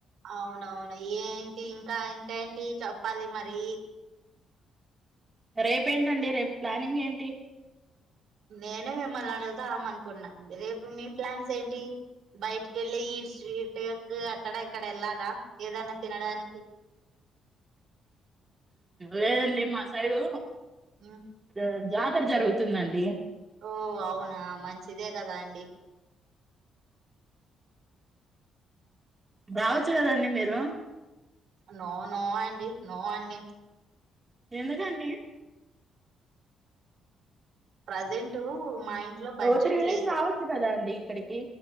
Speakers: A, on the right (about 70°); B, on the right (about 25°).
A: అవునవును ఏంటి ఇంకేంటి చెప్పాలి మరి
B: రేపేంటండి రేపు ప్లానింగ్ ఏంటి
A: నేనే మిమ్మల్ని అడుగుతాం అనుకుంటున్నాను రేపు మీ ప్లాన్స్ ఏంటి బయటికి వెళ్ళి ఈ స్ట్రీట్ట్ అక్కడ ఎక్కడ వెళ్ళాలా ఏదన్నా తినడానికి
B: లేదండి మా సైడు
A: ఉమ్,
B: ఆ జాతర జరుగుతుందండి
A: ఓ అవునా మంచిదే కదా అండి
B: రావచ్చు కదండి మీరు
A: నో నో అండి నో అండి
B: ఎందుకండి
A: ప్రెసెంట్ మా ఇంట్లో బడ్జెట్
B: ఓ త్రీ డేస్
A: లేదు
B: రావచ్చు కదా అండి ఇక్కడికి